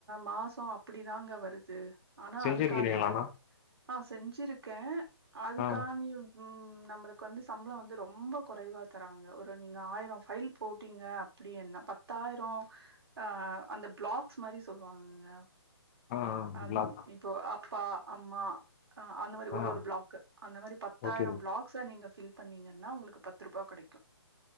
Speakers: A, on the right; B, on the left.
A: மாசம் அப்படிதாங்க வருது ஆனா
B: செஞ்சிருக்கிறீங்களாண்ணா
A: அதுக்கான ஆஹ் செஞ்சிருக்கேன் அதுக்கா
B: ஆ
A: நீ உம் நம்மளுக்கு வந்து சம்பளம் வந்து ரொம்ப குறைவா தராங்க ஒரு நீங்க ஆயிரம் பைல் போட்டீங்க அப்படி என்ன பத்து பத்தாயிறோம் ஆஹ் அந்த பிளாக்ஸ் மாரி சொல்வாங்கங்க
B: ஆ ஆ
A: அஹ்
B: பிளாக்
A: இப்போ அ ப்பா அம்மா அ அந்த மாரி
B: ஆ
A: ஒரு ஒரு பிளாக் அந்த மாரி பத்தாயிரம்
B: ஓகே
A: பிளாக்ஸ நீங்க ஃபில் பண்ணீங்கன்னா உங்களுக்கு பத்து ரூபா கெடைக்கு